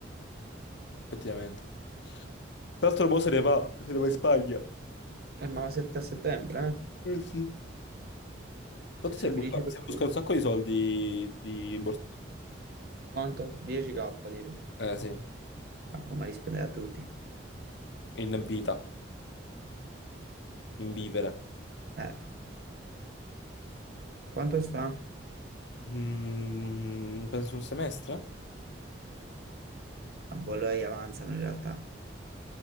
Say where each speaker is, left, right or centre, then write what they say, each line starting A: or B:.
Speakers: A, on the left; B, on the right.
A: effettivamente. Tra l'altro, mo se ne va, se ne va in Spagna.
B: Eh, ma la 7 a settembre, eh?
A: Eh sì. Tanto
B: Sei
A: se busca,
B: felice per
A: se busca
B: lui?
A: un sacco di soldi di borsa.
B: Quanto? 10k, tipo.
A: Eh sì,
B: Ma come li spendere a tutti?
A: in vita, in vivere.
B: Eh, quanto sta?
A: Mm, penso un semestre?
B: A Bologna avanzano in realtà.